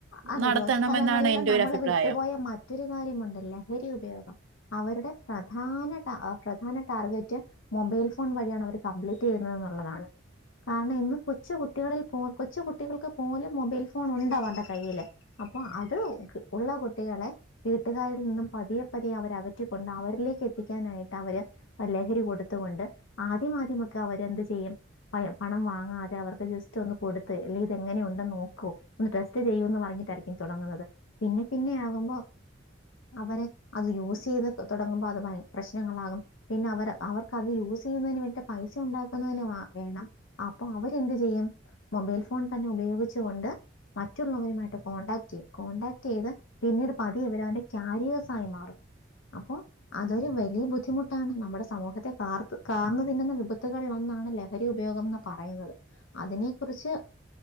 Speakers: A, on the left (about 85°); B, on the right (about 80°).
A: അതെ
B: നടത്തണം
A: ദോഷഫലങ്ങളിൽ
B: എന്നാണ് എന്റെ
A: നമ്മള്
B: ഒരു അഭിപ്രായം
A: വിട്ടുപോയ മറ്റൊരു കാര്യമുണ്ട് ലഹരി ഉപയോഗം അവരുടെ പ്രധാന ടാ പ്രധാന ടാർഗറ്റ് മൊബൈൽ ഫോൺ വഴിയാണ് അവര് കംപ്ലീറ്റ് ചെയ്യുന്നത് എന്നുള്ളതാണ് കാരണം ഇന്ന് കൊച്ചു കുട്ടികളിൽ കൊച്ചു കുട്ടികൾക്ക് പോലും മൊബൈൽ ഫോൺ ഉണ്ടവരുടെ കയ്യില് അപ്പോ അത് ഉള്ള കുട്ടിക- ളെ വീട്ടുകാരിൽ നിന്നും പതിയെ പതിയെ അവര അകറ്റിക്കൊണ്ട് അവരിലേക്ക് എത്തിക്കാനായിട്ട് അവര് അല്ലെ ലഹരി കൊടുത്തു കൊണ്ട് ആദ്യ ആദ്യമൊക്കെ അവരെന്ത് ചെയ്യും പണം വാങ്ങാതെ അവർക്ക് ജെസ്- സ്റ്റു ഒന്ന് കൊടുത്ത് അല്ലേൽ ഇത് എങ്ങനെ ഉണ്ടെന്ന് നോക്കോ ഒന്ന് ടെസ്റ്റ് ചെയ്യോ എന്ന് പറഞ്ഞിട്ടായിരിക്കും തുടങ്ങുന്നത് പിന്നെ പിന്നെ ആകുമ്പോ അവരെ അത് യൂസ് ചെയ്ത് തുടങ്ങുമ്പോ അത് പ്രശ്നങ്ങളാകും പിന്നെ അവർ അവർക്ക്ത് യൂസ് ചെയ്യുന്നതിന് വേണ്ടി പൈസ ഉണ്ടാക്കുന്നതിന് വേണം അപ്പൊ അവരെന്ത് ചെയ്യും മൊബൈൽ ഫോൺ തന്നെ ഉപയോഗിച്ചുകൊണ്ട് മറ്റുള്ളവരുമായിട്ട് കോൺണ്ടാക്ട് ചെയ്യും കോടാക്ട് ചെയ്ത് പിന്നീട് പതിയെ അവര് അവന്റെ കാരിയേഴ്സ് ആയി മാറും അപ്പോ അതൊരു വലിയ ബുദ്ധിമുട്ടാണ് നമ്മുടെ സമൂഹത്തെ കാർത്ത് കാർന്നു തിന്നുന്ന വിപത്തുകളിലൊന്ന് ആണ്ന്ന് ലഹരി ഉപയോഗമെന്ന് പറയുന്നത് അതിനെ കുറിച്ച്